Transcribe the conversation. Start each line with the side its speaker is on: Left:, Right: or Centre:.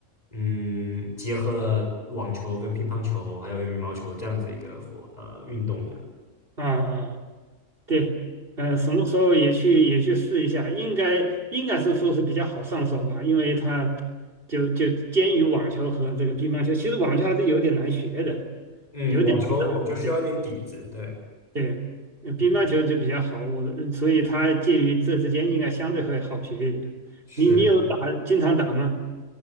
Left: 嗯，结合了网球跟乒乓球还有羽毛球这样子一个活呃运动的。
Right: 啊啊对，呃，什么时候也去也去试一下，应该应该是说是比较好上手吧，因为它就就兼于网球和这个乒乓球，其实网球还是有点难学的，
Left: 嗯，
Right: 有点难打。
Left: 网球网球需要一点底子，
Right: 对。
Left: 对，
Right: 对，呃乒乓球就比较好，
Left: 嗯
Right: 我呃所以它介于这之间应该相对会好学一点。
Left: 是是。
Right: 你你有打，经常打吗？